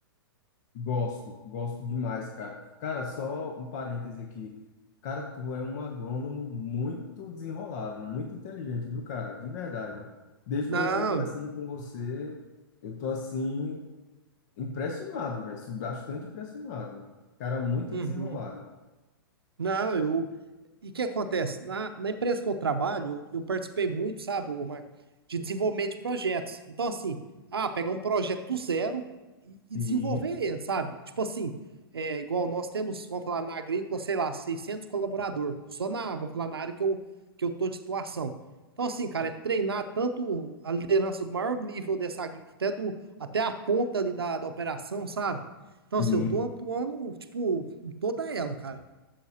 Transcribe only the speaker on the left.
Gosto, gosto demais, cara. Cara, só um parêntese aqui. Cara, tu é um agrônomo muito desenrolado, muito inteligente, viu, cara? De verdade. Desde
quando eu tô conversando com você, eu tô assim, impressionado, velho. Bastante impressionado. Cara, muito
desenrolado.
Sim,
sim.